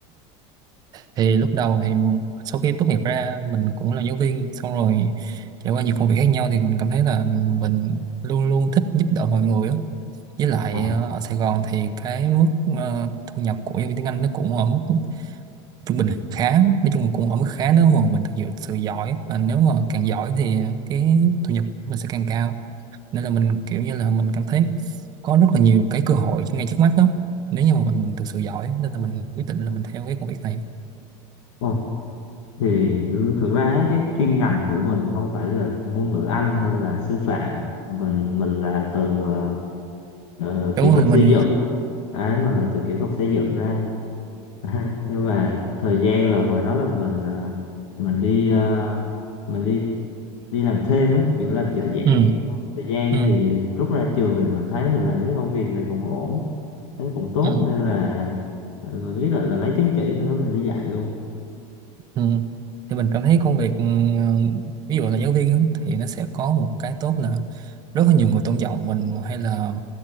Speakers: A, on the right (about 25°); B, on the left (about 85°).
A: thì lúc đầu thì sau khi tốt nghiệp ra mình cũng là giáo viên xong rồi trải qua nhiều công việc khác nhau thì mình cảm thấy là mình luôn luôn thích giúp đỡ mọi người á. Với lại
B: à
A: ờ, ở Sài Gòn thì cái mức ờ, thu nhập của giáo viên tiếng Anh nó cũng ở mức trung bình khá nói chung cũng ở mức khá nếu mà mình thực sự, sự giỏi và nếu mà càng giỏi thì cái thu nhập mình sẽ càng cao nên là mình kiểu như là mình cảm thấy có rất là nhiều cái cơ hội ngay trước mắt đó nếu như mà mình, mình thực sự giỏi nên là mình quyết định là mình theo cái công việc này
B: ồ, thì thực ra cái chuyên ngành của mình không phải là ngôn ngữ Anh hay là sư phạm mình mình là từ ờ, ờ,
A: đúng
B: kỹ thuật
A: rồi mình
B: xây dựng đấy mình là từ kỹ thuật xây dựng ra <laughs> nhưng mà thời gian là hồi đó là mình ờ, mình đi ờ, mình đi đi làm thêm á kiểu làm trợ giảng
A: ừ
B: thời gian
A: ừ
B: thì rút ra trường thì mình thấy mình làm cái công việc này cũng ổn thấy cũng tốt
A: ừ
B: nên là mình quyết định là lấy chứng chỉ sau đó mình đi dạy luôn
A: Ừ. Thì mình cảm thấy công việc ừ, ví dụ là giáo viên á, thì nó sẽ có một cái tốt là rất là nhiều người tôn trọng mình hay là